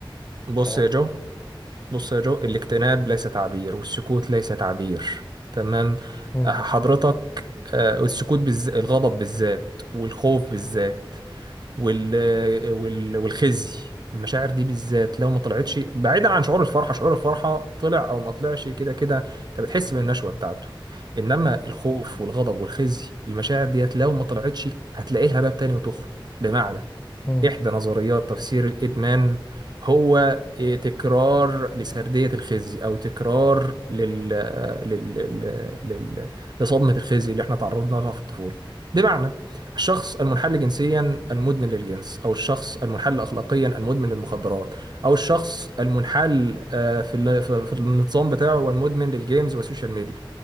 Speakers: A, on the right (about 50°); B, on the left (about 25°).
A: بص
B: تمام
A: يا جو بص يا جو الاكتئاب ليس تعبير والسكوت ليس تعبير تمام
B: مم،
A: آه، حضرتك آه، السكوت بالذات الغضب بالذات والخوف بالذات وال... آه، وال... والخزي المشاعر دي بالذات لو ما طلعتش بعيدا عن شعور الفرحة شعور الفرحة طلع او ما طلعش كده كده انت بتحس بالنشوة بتاعته انما الخوف والغضب والخزي المشاعر ديت لو ما طلعتش هتلاقي لها باب تاني وتخرج بمعنى
B: مم،
A: إحدى نظريات تفسير الإدمان هو إيه، تكرار لسردية الخزي أو تكرار لل... لل... لل... لل... لصدمة الخزي اللي احنا تعرضنا لها في الطفولة بمعنى الشخص المنحل جنسيا المدمن للجنس أو الشخص المنحل أخلاقيا المدمن للمخدرات أو الشخص المنحل آه، في ال- في في النظام بتاعه والمدمن للجيمز والسوشيال ميديا